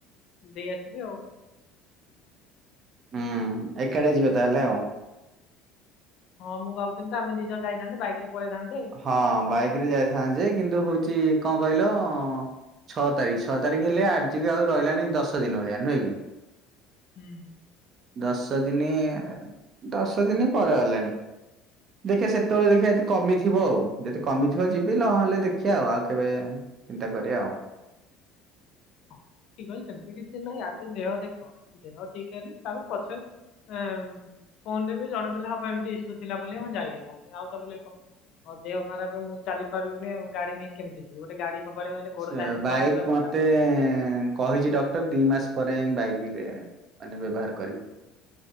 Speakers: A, on the left; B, on the right.
A: ଦେଇ ଆସିବି ଆଉ।
B: ହୁଁ ଏକାଟିଆ ଯିବା ତାହେଲେ ଆଉ।
A: ହଁ ମୁଁ ଭାବଥିଲି ତ ଆମେ ଦି ଜଣ ଯାଇଥାନ୍ତେ ବାଇକରେ ପଳେଇଥାନ୍
B: ହଁ ବାଇକ ରେ ଯାଇଥାନ୍ତେ ଯେ କିନ୍ତୁ ହୋଉଚି କଣ କହିଲ? ଛଅ ତାରିଖ ଛଅ ତାରିଖ ହେଲେ ଆଜିିକି ଆଉ ରହିଲାଣି ଦଶ ଦିନ ଭଳିଆ ନୁହେଁ କି?
A: ହୁଁ।
B: ଦଶ ଦିନି ଦଶ ଦିନି ପରେ ହେଲାଣି। ଦେଖିଆ ସେତବେଳେ ଦେଖିଆ ଯଦି କମିଥି ଥିବ ଆଉ ଯଦି କମିଥିବ ଯିବି ନହହେଲେ ଦେଖିଆ ଆଉ କେବେ ଚିନ୍ତା କରିବା ଆଉ।
A: ହଁ ଠିକ ଅଛି ସେମିତି କିଛି ନାହିଁ ଆଗେ ଦେହ ଦେଖ ଦେହ ଠିକ ହେଲେ ତାପରେ ପଛରେ ଏଁ ଫୋନ ରେ ବି ଜଣେଇ ଦେଲେ ହବ ଏମିତି ଇସୁ ଥିଲା ବୋଲି ମୁଁ ଯାଇ ହେଲାନି ଆଉ ତା ବୋଲି କଣ ମୋ ଦେହ ଖରାପେ ମୁଁ ଚାଲି ପାରିବିନି ଆଉ ଗାଡି ନେଇ କେମିତି ଯିବି ଗୋଟେ ଗାଡି ସବୁବେଳେ ଗଲେ ଗୋଡ
B: ସେ
A: ଟା ଷ୍ଟ୍ରଙ୍ଗ
B: ବାଇକ୍
A: ଥିବା ଦରକାର
B: ମତେ
A: ନା।
B: କହିଛି ଡ ଗତ ଦି ମାସ ପରେ ଯାଇକି ବାଇକିରେ ମାନେ ବ୍ୟବହାର କରିବୁ।